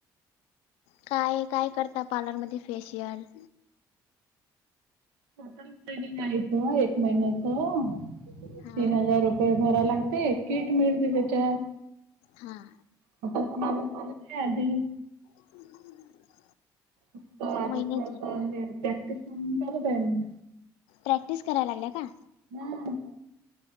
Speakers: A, on the left (about 80°); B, on the right (about 80°).
A: काय-काय करता पार्लरमध्ये फेशियल?
B: <unintelligible> ट्रैनिंग आहेच व्हय एक महिन्याच?
A: हा
B: तीन हजार रुपये भराव लागते, किट मिळते त्याच्यात.
A: हा
B: <unintelligible> नाय आधी.
A: <inaudible>
B: फक्त आता
A: महिन्याचे
B: थोडस हे प्रॅक्टिस म्हणुन चालू द्या याला.
A: प्रॅक्टिस कराया लागल्या का?
B: हम्म.